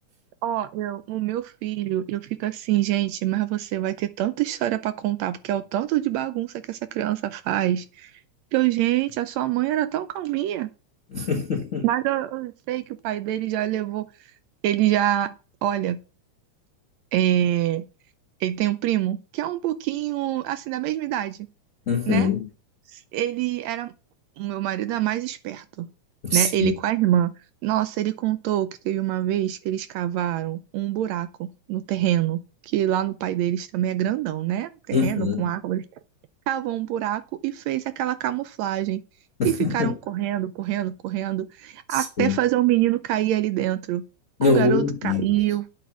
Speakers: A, on the right; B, on the left.
A: Ó, eu, o meu filho, eu fico assim, gente, mas você vai ter tanta história pra contar, porque é o tanto de bagunça que essa criança faz. Que eu, gente, a sua mãe era tão calminha.
B: <laughs>
A: Mas eu eu sei que o pai dele já levou. Ele já. Olha. É, ele tem um primo que é um pouquinho assim da mesma idade,
B: Uhum,
A: né? Ele era o meu marido é mais esperto,
B: sim.
A: né? Ele com a irmã. Nossa, ele contou que teve uma vez que eles cavaram um buraco no terreno, que lá no pai deles também é grandão, né? Um Terreno
B: Uhum,
A: com árvores. Cavou um buraco e fez aquela camuflagem.
B: <laughs>
A: E ficaram correndo, correndo, correndo,
B: sim.
A: até fazer o menino cair ali dentro. O
B: Meu
A: garoto caiu.
B: Deus.